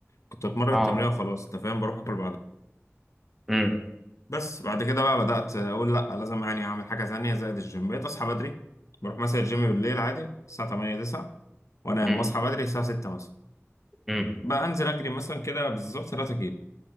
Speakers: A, on the left; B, in the centre.
A: كنت اتمرن
B: اه
A: تمرين وخلاص انت فاهم بروح اكل بعدها
B: امم
A: بس بعد كده بقى بدات اقول لا لازم يعني اعمل حاجه ثانيه زائد الجيم بقيت اصحى بدري بروح مثلا الجيم بالليل عادي الساعه 8 9 وانام
B: امم
A: واصحى بدري الساعه 6 مثلا
B: امم
A: بقى انزل اجري مثلا كده بالظبط 3 كيلو